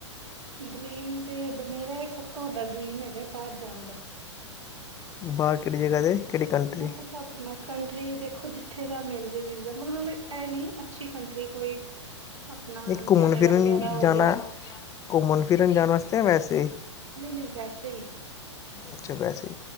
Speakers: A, on the right (about 80°); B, on the left (about 20°).
A: ਡਰੀਮ ਤੇ। ਮੇਰਾ ਸਭ ਤੋਂ ਵੱਡਾ ਡਰੀਮ ਹੈਗਾ ਬਾਹਰ ਜਾਣ ਦਾ।
B: ਬਾਹਰ ਕਿਹੜੀ ਜਗ੍ਹਾ ਤੇ ਕਿਹੜੀ ਕੰਟਰੀ?
A: ਬਸ ਆਪਣਾ ਕੰਟਰੀ ਦੇਖੋ ਜਿੱਥੇ ਦਾ ਮਿਲ ਜੇ ਵੀਜ਼ਾ ਮਤਲਲਬ ਹੈ। ਨਹੀਂ ਅੱਛੀ ਕੰਟਰੀ। <unintelligible>
B: ਨਹੀਂ ਘੁੰਮਣ
A: ਕੈਨੇਡਾ
B: ਫਿਰਨ
A: ਵਗੈਰਾ ਹੋ
B: ਜਾਣਾ
A: ਗਿਆ।
B: ਘੁੰਮਣ - ਫਿਰਨ ਜਾਣ। ਵਾਸਤੇ ਯਾ ਵੈਸੇ
A: ਨਹੀਂ ਨਹੀਂ ਵੈਸੇ ਹੀ।
B: ਅੱਛਾ ਵੈਸੇ